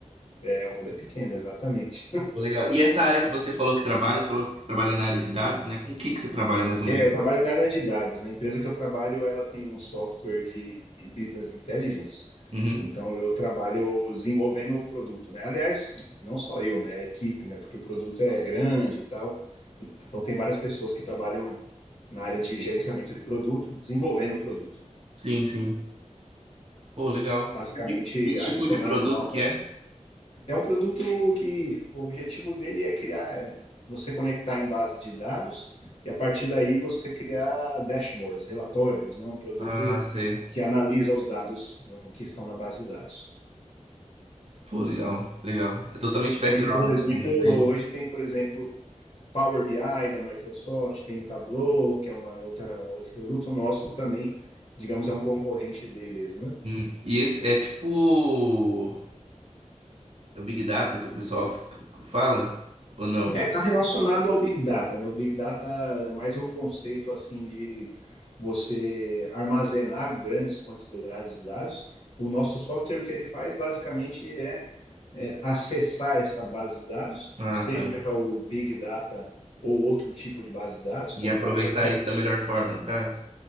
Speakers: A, on the left; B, on the right.
A: É, o mundo é pequeno, exatamente.
B: Pô, Legal. E essa área que você falou que trabalha, você falou que trabalha na área de dados, né? Com o que que você trabalha mais ou
A: É,
B: menos?
A: eu trabalho na área de dados, né? A empresa que eu trabalho, ela tem um software de business intelligence.
B: Uhum.
A: Então, eu trabalho desenvolvendo o produto, né? Aliás, não só eu, né? A equipe, né? Porque o produto é grande e tal. Então, tem várias pessoas que trabalham na área de gerenciamento de produto, desenvolvendo o produto.
B: Sim, sim. Pô, legal.
A: Basicamente,
B: Que, que tipo
A: adicionando
B: de produto
A: novas
B: que é?
A: É um produto que o objetivo dele é criar, é, você conectar em bases de dados e a partir daí você criar dashboards, relatórios, né? Um produto
B: Ah, sei.
A: que analisa os dados eh, que estão na base de dados.
B: Pô, legal, legal. É totalmente background,
A: Hoje, por exemplo,
B: assim, eu tenho.
A: hoje tem, por exemplo, Power BI da Microsoft, tem Tableau, que é uma outra, um outro produto nosso também, digamos, é um concorrente deles, né?
B: Hum. E esse é tipo é o Big Data que o pessoal f- fala? Ou não?
A: É, está relacionado ao Big Data, né? O Big Data é mais um conceito assim de você armazenar grandes quantidades de dados. O nosso software, o que ele faz basicamente é, é acessar essa base de dados,
B: Ah,
A: seja
B: tá.
A: o Big Data ou outro tipo de base de dados,
B: E
A: como
B: aproveitar
A: Data Warehouse,
B: isso da melhor forma, no caso?